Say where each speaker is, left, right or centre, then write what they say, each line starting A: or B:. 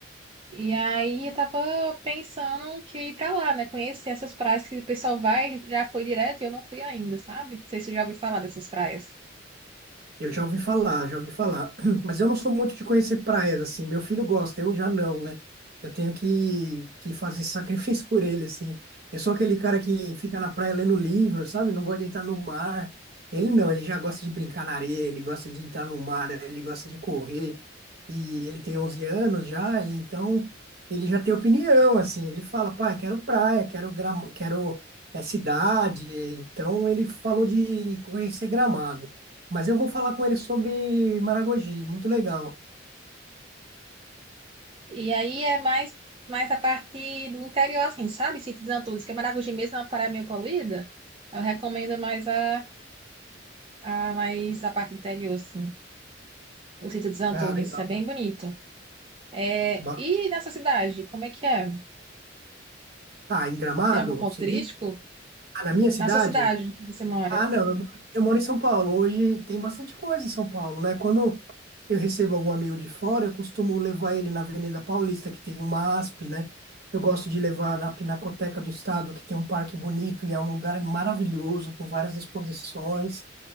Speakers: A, on the right; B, on the right.
A: E aí eu tava pensando que ir pra lá, né? Conhecer essas praias que o pessoal vai, já foi direto e eu não fui ainda, sabe? Não sei se você já ouviu falar dessas praias.
B: Eu já ouvi falar, já ouvi falar. <clears throat> Mas eu não sou muito de conhecer praias, assim. Meu filho gosta, eu já não, né? Eu tenho que, que fazer sacrifício <laughs> por ele, assim. Eu sou aquele cara que fica na praia lendo livro, sabe? Não gosta de entrar no mar. Ele não, ele já gosta de brincar na areia, ele gosta de entrar no mar, ele gosta de correr. E ele tem 11 anos já, e então ele já tem opinião, assim. Ele fala, pai, quero praia, quero, Gram- quero é, cidade. Então ele falou de conhecer Gramado. Mas eu vou falar com ele sobre Maragogi. Muito legal.
A: E aí é mais, mais a parte do interior, assim, sabe? Sítio dos Antunes, que é Maragogi mesmo, é uma praia meio poluída. Eu recomendo mais a, a, mais a parte interior, assim. O Sítio dos Antunes,
B: Ah, legal.
A: isso é bem bonito. É,
B: Ba-
A: e na sua cidade, como é que é?
B: Ah, em Gramado,
A: Tem algum ponto
B: você
A: turístico?
B: diz? Ah, na minha cidade?
A: Na sua cidade que você mora?
B: Ah, não. Eu, mo- eu moro em São Paulo. Hoje tem bastante coisa em São Paulo, né? Quando eu recebo algum amigo de fora, eu costumo levar ele na Avenida Paulista, que tem uma ASP, né? Eu gosto de levar na Pinacoteca do Estado, que tem um parque bonito e é um lugar maravilhoso, com várias exposições.